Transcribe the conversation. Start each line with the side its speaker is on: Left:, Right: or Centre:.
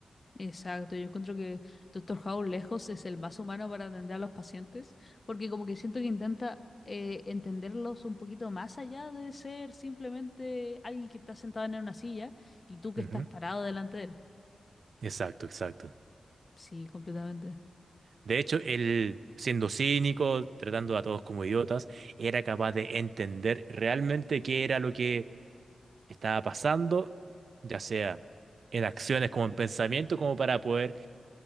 Left: Exacto, yo encuentro que Doctor House lejos es el más humano para atender a los pacientes, porque como que siento que intenta eh, entenderlos un poquito más allá de ser simplemente alguien que está sentado en una silla y tú que
Right: Ujú,
Left: estás parado delante de él.
Right: Exacto, exacto.
Left: Sí, completamente.
Right: De hecho, él, siendo cínico, tratando a todos como idiotas, era capaz de entender realmente qué era lo que estaba pasando, ya sea en acciones como en pensamiento, como para poder